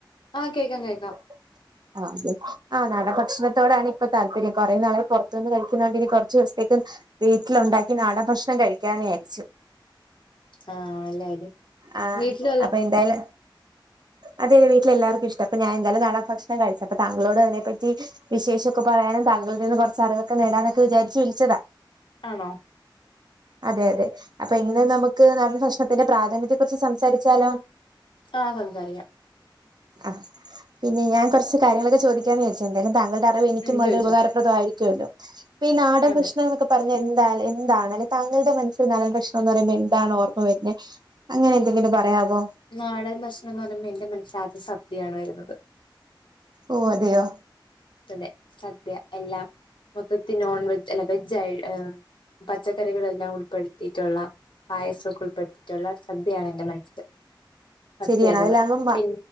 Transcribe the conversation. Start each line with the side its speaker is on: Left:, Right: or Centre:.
Left: ആഹ് കേക്കാം കേക്കാം
Right: <inaudible> ആ് അതെ ആ് നട ഭക്ഷണത്തോടാണ് ഇപ്പൊ താല്പര്യം കൊറെ നാളെ പുറത്തുന്ന് കഴിക്കുന്നോണ്ട് ഇനി കുറച്ച് ദിവസത്തേക്കക്ക് വീട്ടിലുണ്ടാക്കി നാടൻ ഭക്ഷണം കഴിക്കാന്ന് വിജാരിച്ചു
Left: ആഹ നല്ല കാര്യം
Right: ആ
Left: വീട്ടിൽ
Right: അപ്പൊ എന്തായാലും അതെന്റെ വീലെല്ലാവർക്കുംഷ്ട അപ്പ ഞാൻ എന്തായാല നടൻ ഭക്ഷണം കിച്ച അപ്പൊ തങ്കോടതിനെപ്പറ്റി വിശേഷംക്കെ പറയാനും താങ്കളിൽ നിന്ന് കുറച്ച്റിവൊക്കെ നേടാനൊക്കെ വിചാരിച്ചു വിളിച്ചതാ
Left: ആണോ
Right: അതെ അതെ അപ്പൊ ഇന്ന് നമുക്ക് നടാൻ ഭക്ഷണത്തിന്റെ പ്രാധാന്യത്തെ കുറിച്ച് സംസാരിച്ച ച്ചല
Left: ആഹ് സംസാരിക്കാം
Right: ആഹ് പിന്നെ ഞാൻ കുറച്ച് കാര്യങ്ങളൊക്കെ ചോദിക്കാന്ന് വിചാച്ചാ എന്തായാലും താങ്കളുടെ എനിക്കും
Left: ഉം
Right: വളരെ
Left: ചോദിച്ചോ
Right: ഉപകാരപ്രദമായിരിക്കുമല്ലോഈ നാടൻ
Left: അതെ
Right: ഭശ്ണങ്ങളൊക്കെ പറഞ്ഞ എന്താ എന്താണ് അല്ലെ താങ്കളുടെ മനസ്സിൽ നല്ല ഭക്ഷണം എന്ന് പറയുമ്പോ എന്താണ് ഓർമ്മ വരുന്നുന്നത് അങ്ങനെ എന്തെങ്കിലും പറയാവോ
Left: നാടൻ ഭക്ഷണം എന്ന് പറയുമ്പോ എന്റെ മനസ്സിലാദ്യം സദ്യയാണ് വരുന്നത്
Right: ഓ അതെയോ
Left: അതെ സദ്യ എല്ലാം മൊത്തത്തിൽ നോൺ വെജ് അല്ല വെജ് ആയി ആഹ് പച്ചക്കറികളെല്ലാം ഉൾപ്പെടുത്തിയിട്ടുള്ള പായസമൊക്ക ഉൾപ്പെടുത്തിയിട്ടുള്ള സദ്യയാണ് എന്റെ മനസ്സിൽ ഫസ്റ്റ്
Right: ശരിയാണ്
Left: വരുന്നത്
Right: അതിലാകുമ്പോ
Left: പിൻ